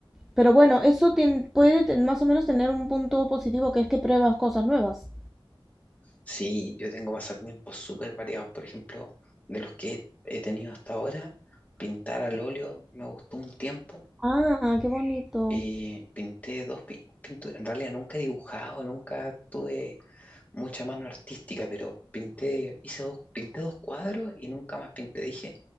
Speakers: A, in the centre; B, on the left.
A: Pero bueno, eso tien- puede ten- más o menos tener un punto positivo que es que pruebas cosas nuevas.
B: Sí, yo tengo pasatiempos súper variados. Por ejemplo, de los que he tenido hasta ahora, pintar al óleo me gustó un tiempo.
A: Ah, qué bonito.
B: Y pinté dos pi- pinturas. En realidad nunca he dibujado, nunca tuve mucha mano artística, pero pinté, hice dos, pinté dos cuadros y nunca más pinté. Dije,